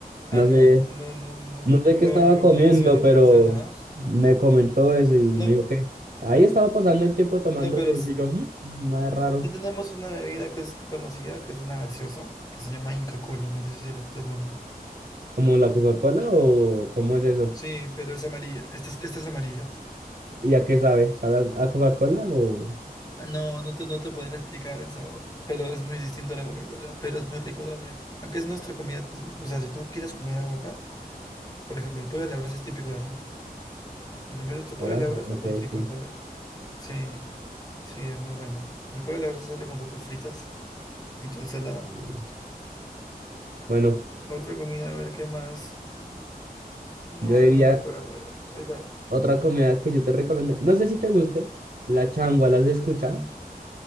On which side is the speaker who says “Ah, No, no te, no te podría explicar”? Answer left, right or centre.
Left